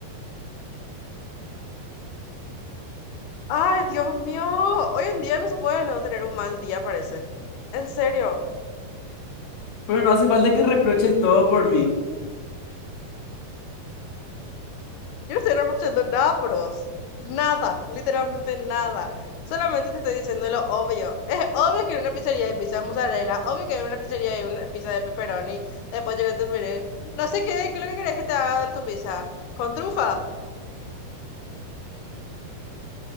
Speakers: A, on the left; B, on the left.
A: Ay, Dios mío, hoy en día no se puede luego tener un mal día, parece. En serio,
B: Pero no hace falta que reproches todo por mí.
A: yo no estoy reprochando nada, pros. Nada, literalmente nada. Solamente te estoy diciendo lo obvio. Es obvio que en una pizzería hay pizza de mozzarella, obvio que en una pizzería hay una pizza de pepperoni, después llega tu pizzería. No sé qué, qué es lo que querés que te haga tu pizza. ¿Con trufa?